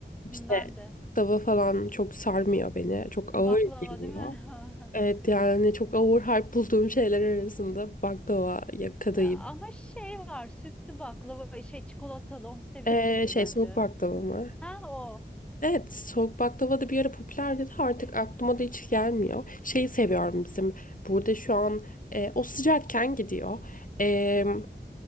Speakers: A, in the centre; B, on the left.
A: Hı,
B: İşte
A: Ben de.
B: baklava falan çok sarmıyor beni. Çok
A: Baklava
B: ağır geliyor.
A: değil mi?
B: Evet
A: <laughs>
B: yani çok overhype bulduğum şeyler arasında baklava ya kadayıf.
A: E, Ama şey var sütlü baklava şey çikolatalı onu seviyorsundur
B: Ee, şey
A: bence.
B: soğuk baklava mı?
A: Ha o.
B: Evet soğuk baklava da bir ara popülerdi de artık aklıma da hiç gelmiyor. Şeyi seviyorum bizim burada şu an e, o sıcakken gidiyor. Ee,